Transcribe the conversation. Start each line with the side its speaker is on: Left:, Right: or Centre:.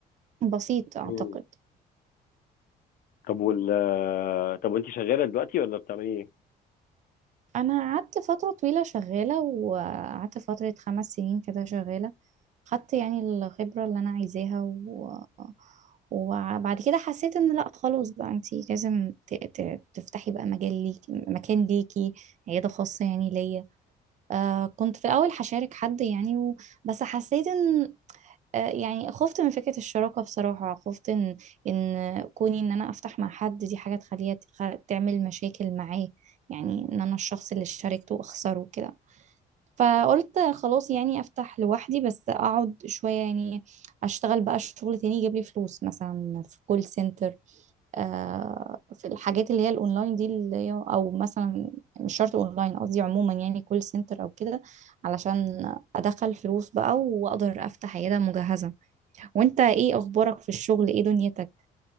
Right: بسيط اعتقد
Left: مم. طب وال آه، طب وانت شغالة دلوقتي ولا بتعملي ايه؟
Right: انا قعدت فتره طويله شغاله وقعدت فتره خمس سنين كده شغاله خدت يعني الخبره اللي انا عايزاها و... وبعد كده حسيت ان لا خلاص بقى انتي لازم ت... ت... تفتحي بقى مجال ليكي مكان ليكي عياده خاصه يعني ليا آه كنت في الاول هشارك حد يعني و... بس حسيت ان آه، يعني خفت من فكرة الشراكة بصراحة خفت ان ان كوني ان انا افتح مع حد دي حاجة تخليها تخ- تعمل مشاكل معاه يعني ان انا الشخص اللي شاركته اخسره كده فقلت خلاص يعني افتح لوحدي بس اقعد شوية يعني اشتغل بقى شغل تاني يجيب لي فلوس مثلا في كول سنتر آه، في الحاجات اللي هي الاونلاين دي اللي هي او مثلا مش شرط اونلاين قصدي عموما يعني كول سنتر او كده علشان ادخل فلوس بقى واقدر افتح عياده مجهزه وانت ايه اخبارك في الشغل ايه دنيتك